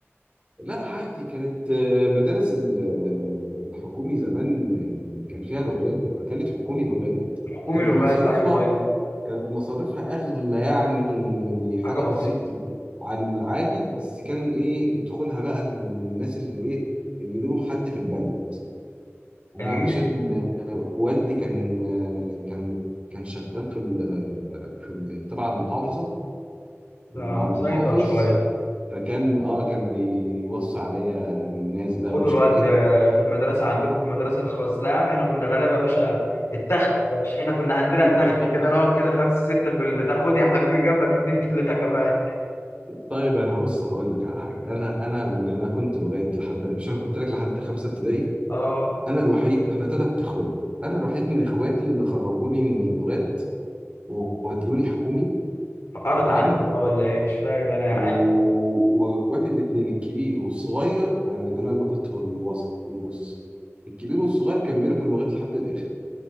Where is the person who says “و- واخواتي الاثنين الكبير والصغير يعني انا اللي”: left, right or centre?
Right